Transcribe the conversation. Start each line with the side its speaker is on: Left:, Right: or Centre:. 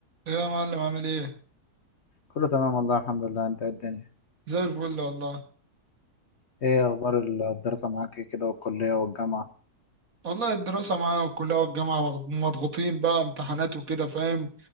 Right: ايه يا معلم عامل ايه
Left: كله تمام والله الحمد لله انت ايه الدنيا
Right: زي الفل والله
Left: ايه اخبار الدراسة معاك كده والكلية والجامعة
Right: والله الدراسة معايا والكلية والجامعة مضغ- مضغوطين بقى امتحانات وكده فاهم